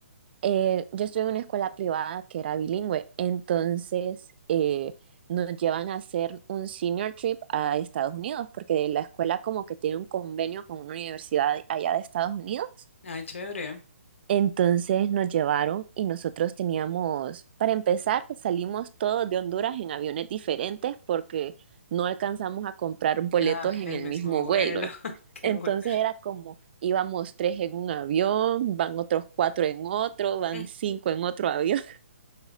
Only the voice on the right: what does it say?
eh, yo estuve en una escuela privada que era bilingüe, entonces
eh, nos llevan a hacer un senior trip a Estados Unidos, porque la escuela como que tiene un convenio con una universidad allá de Estados Unidos
entonces nos llevaron y nosotros teníamos, para empezar, salimos todos de Honduras en aviones diferentes porque no alcanzamos a comprar boletos
en
el
mismo
vuelo.
Entonces
era como íbamos tres en un avión, van otros cuatro en otro, van
cinco en otro avión. <laughs>